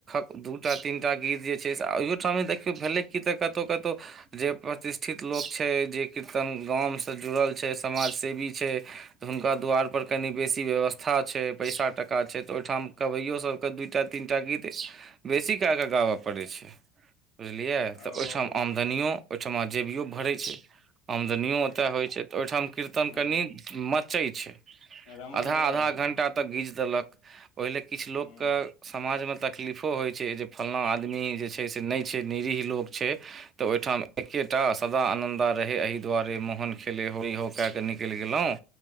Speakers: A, on the right; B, on the left.
A: दू टा तीन टा गीत जे छैय से अइयो ठाम देखियौ भेलै कि तऽ कतौउ कतौउ जे प्रतिष्ठित लोक छैय जे कीर्तन गामसँ जुड़ल छैय समाजसेवी छैय तऽ हुनका द्वारपर कनि बेसी व्यवस्था छैय पैसा टाका छैय तऽ ओहिठाम कबैयो सभके दूटा तीन टा गीत बेसी कए कऽ गाबऽ पड़ै छैय। बुझलियै तऽ
B: ओ
A: ओहिठाम आमदनिओ ओहिठमा जेबिओ भरैय छैय। आमदनियों ओतय होइ छैय तऽ ओहिठाम कीर्तन
B: हूँ
A: कनि मचैय छैय।
B: रमलगर
A: आधा आधा
B: होइ
A: घंटा
B: छै
A: तक घीज देलक ओहिले किछु लोक
B: हूँ
A: कें समाज में तकलीफो होइ छैय जे फल्लाँ आदमी जे छैय से नहि छैय निरीह लोक छैय तऽ ओहिठाम एक्के टा सदा आनन्दा रहय, एही दुआरे मोहन खेले होरी हो कए कऽ निकलि गेलहुँ।